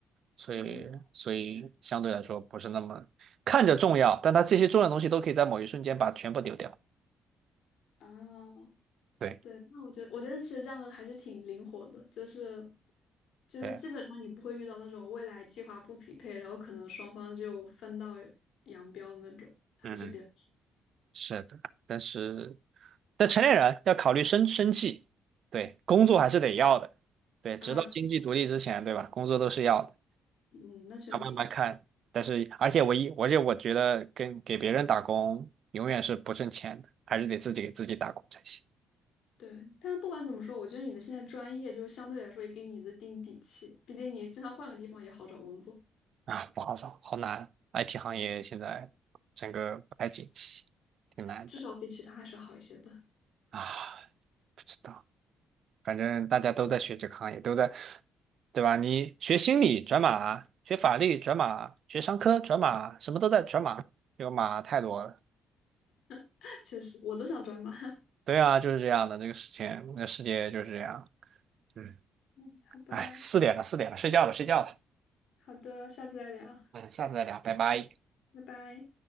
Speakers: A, on the right; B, on the left.
A: 所以所以相对来说不是那么看着重要，
B: 哦，对，样
A: 但它这些重要的东西都可以在某一瞬间把全部丢掉。
B: 啊，
A: 对
B: 对，那我觉得，我觉得其实这样的还是挺灵活的，就是就是基本上你不会遇到那种未来计划不匹配，
A: 对，
B: 然后可能双方就分道扬镳的那种，还是比较
A: 嗯，是的，但是但成年人要考虑生生气，对，工作还是得要的，对，直到经济独立之前，
B: 啊，
A: 对吧？工作都是要的。
B: 嗯，那确实
A: 要慢慢看。但是，而且我一，而且我觉得跟给别人打工永远是不挣钱的，还是得自己给自己打工才行
B: 对。但不管怎么说，我觉得你的现在专业就是相对来说也给你的定底气，毕竟你经常换个地方也好找工作，
A: 啊，不好找，好难。IT 行业现在整个不太景气，挺难的
B: 至少比其他还是好一些的。
A: 啊，不知道，反正大家都在学这个行业，都在，对吧？你学心理转码，学法律转码，学商科转码，什么都在转码，这个码太多了。
B: <laughs> 确实，我都想转码。
A: 对啊，就是这样的，这个事情，这个世界就是这样。嗯，
B: <laughs> 好吧，
A: 哎，四点了，四点了，睡觉了，睡觉了。
B: 好的，下次再聊，
A: 嗯，下次再聊，拜拜。
B: 拜拜。